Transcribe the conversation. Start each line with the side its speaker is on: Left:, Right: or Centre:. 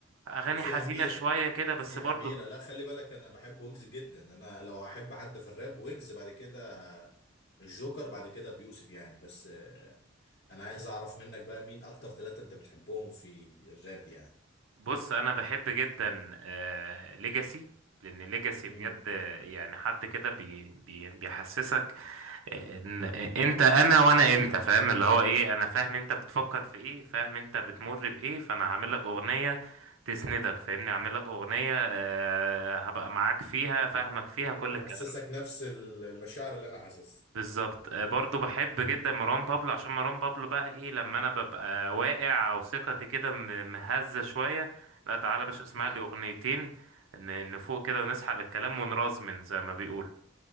Right: أغاني
Left: وفي
Right: حزينة
Left: اميره
Right: شوية كده بس
Left: في
Right: برضو
Left: اميره لا خلي بالك انا بحب ويجز جدا انا لو احب حد في الراب ويجز بعد كده الجوكر بعد كده بيوسف يعني بس آه، انا عايز اعرف منك بقى مين اكتر ثلاثه انت بتحبهم في الراب يعني
Right: بص أنا بحب جدا آه ليجاسي لأن ليجاسي
Left: امم
Right: بجد آه، يعني حد كده بي... بي... بيحسسك إن- انت انا وانا انت فاهم اللي هو ايه انا فاهم انت بتفكر في ايه فاهم انت بتمر بايه فانا هعمل لك اغنية تسندك فاهمني هعمل لك اغنية آه، هبقى معاك فيها فاهمك فيها كل
Left: تحسسك
Right: الكلام ده
Left: نفس ال- المشاعر اللي انا حاسسها
Right: بالظبط آه، برضو بحب
Left: امم
Right: جدا مروان بابلو عشان مروان بابلو بقى ايه لما انا ببقى واقع او ثقتي كده م- مهزة شوية لا تعالى يا باشا اسمع
Left: امم
Right: لي اغنيتين ن- نفوق كده ونسحل الكلام ونرازمن زي ما بيقولوا